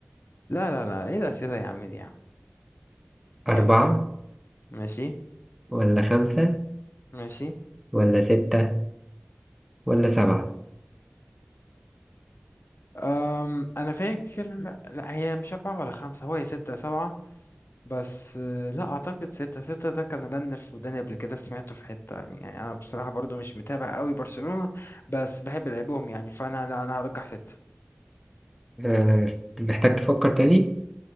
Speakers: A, on the left (about 70°); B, in the centre.
A: لا لا لا ايه الاسئله يا عم دي يا عم
B: أربعة
A: طيب ماشي
B: ولا خمسة
A: ماشي
B: ولا ستة ولا سبعة
A: أم انا فاكر لا هي مش اربعه ولا خمسه هو هي سته سبعه بس آه، لا اعتقد ستة ستة ده كان رن في وداني قبل كده سمعته في حتة يعني انا بصراحة برضو مش متابع قوي برشلونة بس بحب لعبهم يعني فانا لا انا هرجح ستة
B: آه، محتاج تفكر تاني